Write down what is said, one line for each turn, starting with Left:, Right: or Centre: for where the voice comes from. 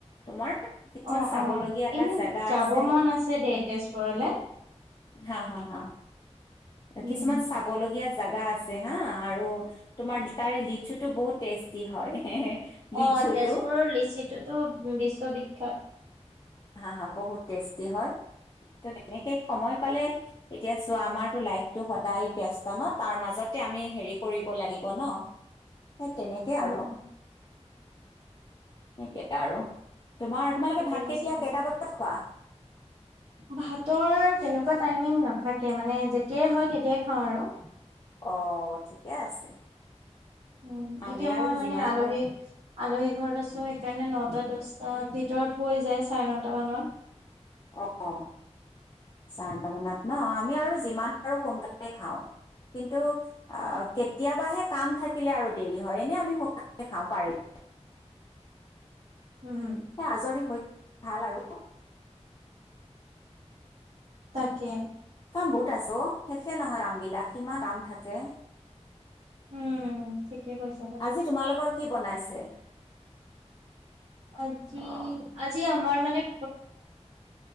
Left: তোমাৰ- কিছুমান
Right: অঁ,
Left: চাবলগীয়া
Right: অঁ, এনেই
Left: জেগা
Right: যাব
Left: আছে,
Right: মন আছে দেই তেজপুৰলে।
Left: হা, হা, হা,
Right: উম,
Left: কিছুমান চাবলগীয়া জাগা আছে হা আৰু- তোমাৰ তাৰে লিচুটো বহুত টেষ্টি হয়। লিচুটো
Right: অঁ, তেজপুৰৰ লিচিটোতো বিশ্ববিখ্যাত।
Left: হা -হা বহুত টেষ্টি হয়। তো তেনেকে সময় পালে- এতিয়া চোৱা আমাৰটো লাইফতটো সদায় ব্যস্ত ন? তাৰ মাজতে আমি হেৰি কৰিব লাগিব ন? <inaudible> সেই তেনেকে
Right: উম,
Left: আৰু,
Right: উম,
Left: যেনেকে আৰু। তোমাৰ- তোমালোকে
Right: ঠিকে
Left: ভাত
Right: কৈছা
Left: কেতিয়া,
Right: বাৰু।
Left: কেইটা বজাত খোৱা?
Right: ভাতৰ তেনেকুৱা টাইমিং নাথাকে মানে যেতিয়াই হয় তেতিয়াই খাওঁ আৰু।
Left: অঁ, ঠিকে আছে।
Right: উম,
Left: আমি
Right: এতিয়া
Left: আৰু
Right: মই মানে
Left: যিমান
Right: আলহী-
Left: পাৰো
Right: আলহী ঘৰত আছোঁ, সেইকাৰণে নটা -দহটা ভিতৰত হৈ যায় চাৰে নটা মানত।
Left: অঁ, অঁ চাৰে নটা মানত ন। আমি আৰু যিমান পাৰোঁ সোনকালে খাওঁ। কিন্তু আ কেতিয়াবাহে কাম থাকিলে আৰু দেৰি হয়, এনে আমি সোনকালেই খাওঁ পাৰিলে।
Right: উম।
Left: আজৰি হৈ ভাল আৰু।
Right: তাকে।
Left: কাম বহুত আছে অঁ, শেষে নহয় কাম বিলাক, কিমান কাম থাকে!
Right: উম, ঠিকে কৈছ।
Left: আজি তোমালোকৰ কি বনাইছে?
Right: আজি,
Left: অ
Right: আজি আমাৰ মানে-